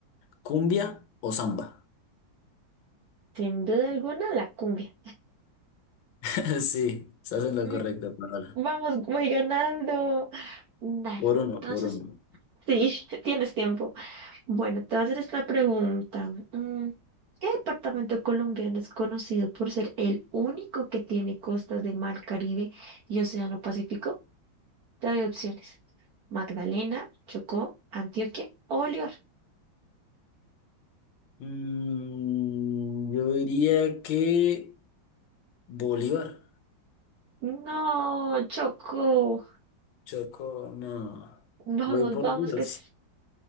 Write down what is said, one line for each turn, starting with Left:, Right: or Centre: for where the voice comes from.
Left: cumbia o samba.
Right: Sin duda alguna, la cumbia.
Left: <laughs> Sí, estás en lo
Right: Mm,
Left: correcto, Paola.
Right: Vamos, voy ganando. Dale.
Left: Por uno,
Right: Entonces,
Left: por uno.
Right: sí, <laughs> tienes tiempo. Bueno, te voy a hacer esta pregunta. Mm, ¿Qué departamento colombiano es conocido por ser el único que tiene costas de Mar Caribe y Océano Pacífico? Te doy opciones. Magdalena, Chocó, Antioquia o Bolívar.
Left: Mm, yo diría que Bolívar.
Right: No, Chocó.
Left: Choco, no.
Right: Vamos,
Left: Voy por
Right: vamos,
Left: Dios.
Right: que sí.